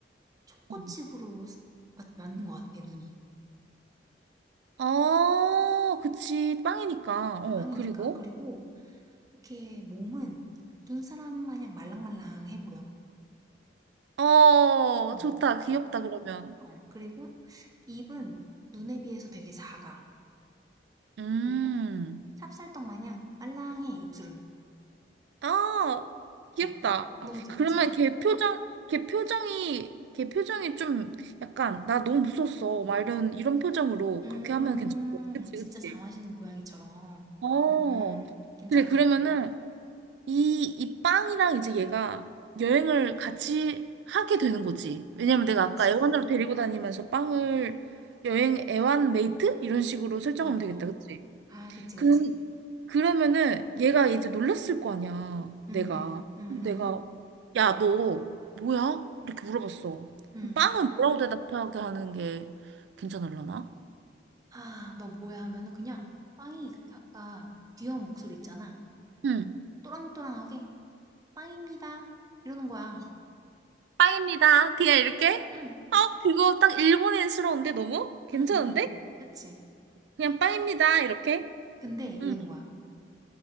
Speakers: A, on the right; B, on the right.
A: 초코칩으로
B: 어.
A: 스- 맞- 맞는 것 같아 눈이.
B: 어, 그치. 빵이니까. 어,
A: 빵이니까
B: 그리고?
A: 그리고 이렇게 몸은 눈사람 마냥 말랑말랑해 보여.
B: 어,
A: 음.
B: 좋다. 귀엽다, 그러면.
A: 어 그리고 입은 눈에 비해서 되게 작아.
B: 음.
A: 그리고 찹쌀떡 마냥 말랑해 입술은.
B: 아, 귀엽다.
A: 어 너, 너무 귀엽지?
B: 그러면 걔 표정, 걔 표정이, 걔 표정이 좀 약간, 나 너무 무서웠어. 막 이런, 이런 표정으로
A: 음
B: 그렇게 하면 괜찮아. 그치,
A: 진짜
B: 그치.
A: 장화시는 고양이처럼.
B: 어.
A: 음, 음 괜찮다.
B: 그래, 그러면은 이, 이 빵이랑 이제 얘가 여행을 같이 하게 되는 거지. 왜냐면
A: 아
B: 내가
A: 그치.
B: 아까 애완으로 데리고 다니면서 빵을 여행 애완 메이트? 이런 식으로 설정하면
A: 어 어.
B: 되겠다, 그치?
A: 아 그치
B: 그,
A: 그치.
B: 그러면은 얘가 이제 놀랐을 거 아니야,
A: 음.
B: 내가.
A: 음음.
B: 내가,
A: 음.
B: 야, 너 뭐야? 이렇게 물어봤어.
A: 음.
B: 빵은 뭐라고 대답하게 하는 게 괜찮을라나?
A: "아 너 뭐야?" 하면은 그냥 빵이 그 아까 귀여운 목소리 있잖아.
B: 응,
A: 또랑또랑하게 "빵입니다." 이러는 거야.
B: 빵입니다. 그냥 이렇게?
A: 응.
B: 아, 그거 딱 일본인스러운데 너무? 괜찮은데?
A: 응응 그치.
B: 그냥 빵입니다. 이렇게?
A: 근데 이러는
B: 응.
A: 거야.